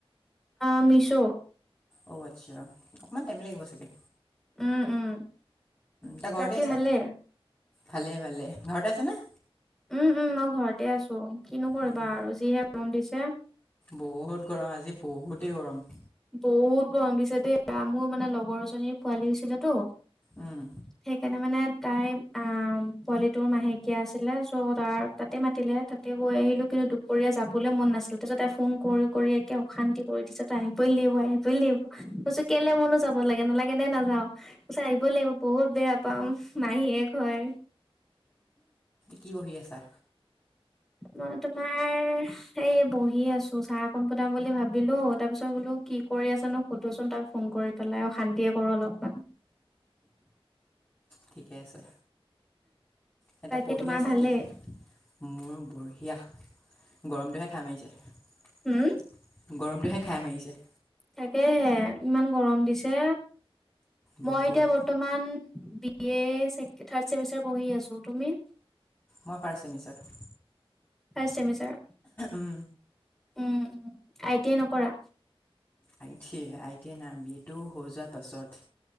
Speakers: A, in the centre; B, on the left.
A: আ মিছো।
B: অ আচ্ছা অকমান টাইম লাগিব চাগে।
A: উম উম
B: তাৰ ঘৰতে
A: বাকী
B: আছা
A: ভালে
B: ভালে ভালে ঘৰতে আছেনে
A: উম উম মই ঘৰতে আছো কিনো কৰিবা
B: উম,
A: আৰু যিহে লম দিছে
B: বহুত গৰম আজি বহুতেই গৰম
A: বহুত কমি সতেয়া আম মানে ল লগৰজনীৰ পোৱালী হৈছিল তো
B: উম,
A: সেইকাৰণে মানে তাই অ পোৱালি তৰ মাহেকীয়া আছিলে চ' তাৰ তাতে মাতিলে তাতে গৈ আহিলো কিু দুপৰীয়া যাবলৈ মন নাছিলে তাতে তাই ফোন কৰি কৰি একে অশান্তি কৰি দিছে তাই আহিব আহ লাগিব আহিবই লাগিব ত কেলে মনো যাব লাগে নালাগে নোও প আহিবই লাগিব বহুত বেয়া পাওঁ মাহীয়ে ঘৰ
B: কি বহি আছা
A: মই তোমাৰ এই বহি আছো চাহ অকণ পুনাম বুলি ভাবিলো তাৰ পিছত বোলো কি কৰি আছ নো সুধোচোন তাক ফোন কৰি পেলাই আৰু শান্তিয়ে কৰো অলপমান
B: ঠিকে আছে এয়াতে
A: বাকী
B: পঢ়ি
A: তোমাৰ
B: আছে
A: ভালেই
B: কি মোৰ বঢ়িয়া গৰমটোহে খাই মাৰিছে
A: হুম
B: গৰমটোহে খাই মাৰিছে
A: থাকেহে ইমান গৰম দিছে
B: বহুত
A: মই এতিয়া বৰ্তমান বি এ থাৰ্ড েমিষ্টাৰ পঢ়ি আছো তুমি
B: মই first েমিষ্টাৰ
A: fi ছেমিচাৰ
B: um
A: um um I T I নকৰা
B: আই টি আই টি নাই বি এটো হৈ যোৱাৰ পাছত